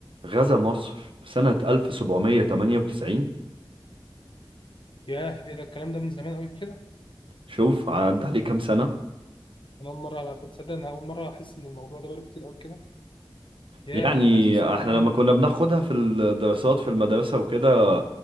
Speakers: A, on the right (about 75°); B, on the left (about 65°).
A: غزا مصر سنة 1798
B: ياه إيه ده الكلام ده من زمان قوي كده
A: شوف عدى عليه كام سنة
B: أنا أول مرة أعرف تصدق أنا أول مرة أحس إن الموضوع ده بقاله كتير قوي كده ياه
A: يعني
B: 1700
A: احنا لما كنا بناخدها في الدراسات في المدرسة وكده